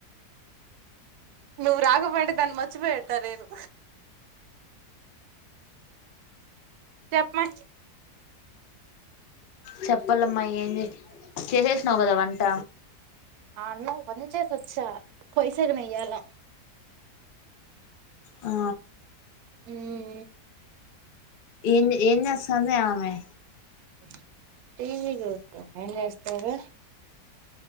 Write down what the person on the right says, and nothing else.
నువ్ రాకపోయుంటే దాన్ని మర్చిపోయి ఉంటా నేను చెప్మ
అన్నం వించేసి వొచ్చ పోయి నయ్యాల
హుమ్మ్
ఓ టీవి చూస్త ఏం చేస్తడు